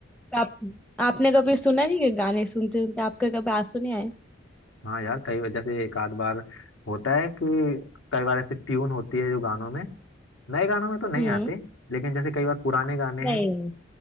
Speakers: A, in the centre; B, on the left (about 70°).
A: आप आपने कभी सुना नहीं कि गाने सुनते सुनते आपके कभी आंसू नहीं आए
B: हाँ यार कई जैसे एक आध बार होता है कि कई बार ऐसे ट्यून होती है जो गानों में नए गानों में तो नहीं
A: हम्म
B: आते लेकिन जैसे कई बार पुराने गाने
A: नहीं
B: हैं